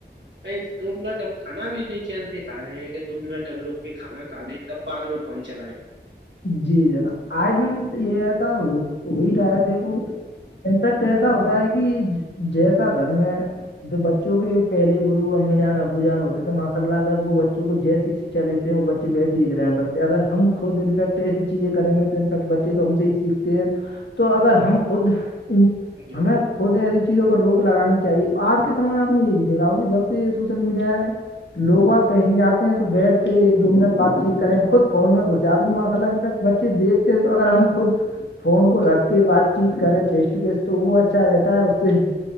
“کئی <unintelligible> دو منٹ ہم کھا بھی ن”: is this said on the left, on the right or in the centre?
Right